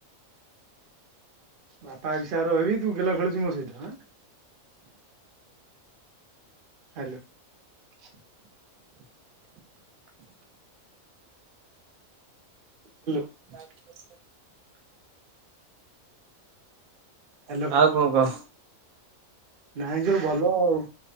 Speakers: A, on the right; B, on the right.
A: ବାପା ହିସାବର ହେବି ତୁ ଗେଲ ଖେଳୁଚୁ ମୋ ସହିତ। ହ୍ୟାଲୋ । ହ୍ୟାଲୋ ।
B: <unintelligible>
A: ହ୍ୟାଲୋ
B: ଆଉ କଣ କହ।
A: ନାଇଁ ସବୁ ଭଲ ଆଉ